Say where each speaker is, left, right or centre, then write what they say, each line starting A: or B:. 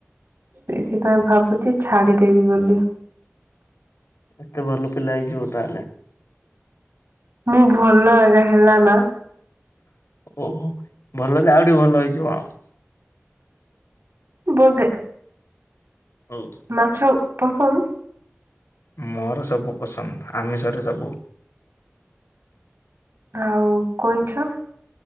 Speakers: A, on the right; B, on the left.
A: ସେଇଥିପାଇଁ ଭାବୁଛି ଛାଡ଼ିଦେବି ବୋଲି।
B: ଏତେ ଭଲ ପିଲା ହେଇ ଯିବ ତାହେଲେ।
A: ମୁଁ ଭଲ ଆ୍ା ହେଲା ନା।
B: ଓହୋ ଭଲ ଜେ ଆଉଠି ଭଲ ହେଇଛିିବ ଆଉ।
A: ବଧେ।
B: ହଉ।
A: ମାଛ ପସନ୍ଦ?
B: ମୋର ସବୁ ପସନ୍ଦ ଆମିଷରେ ସବୁ।
A: ଆଉ କଇଁଛ?